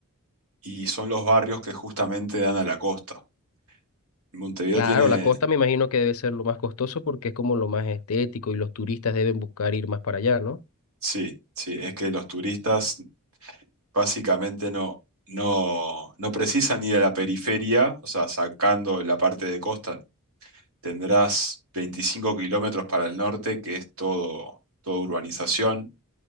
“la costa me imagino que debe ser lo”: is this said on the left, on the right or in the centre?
Left